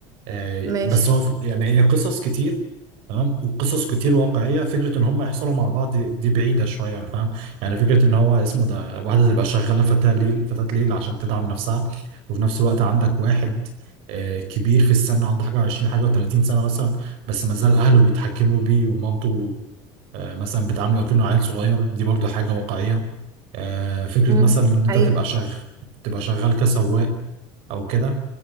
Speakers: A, on the right; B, on the right.
A: آه
B: ماشي
A: بس هو في- يعني هي قصص كتير تمام وقصص كتير واقعية فكرة إن هم يحصلوا مع بعض دي دي بعيدة شوية يعني فاهم يعني فكرة إن هو اسمه ده واحدة تبقى شغالة فتاة ليل فتاة ليل عشان تدعم نفسها وفي نفس الوقت عندك واحد آه كبير في السن عنده حاجة وعشرين حاجة وتلاتين سنة مثلا بس ما زال أهله بيتحكموا بيه ومامته آه، مثلا بتعامله كأنه عيل صغير دي برضو حاجة واقعية آه، فكرة
B: امم
A: مثلا إن أنت
B: حقيقي
A: تبقى شغ تبقى شغال كسواق أو كده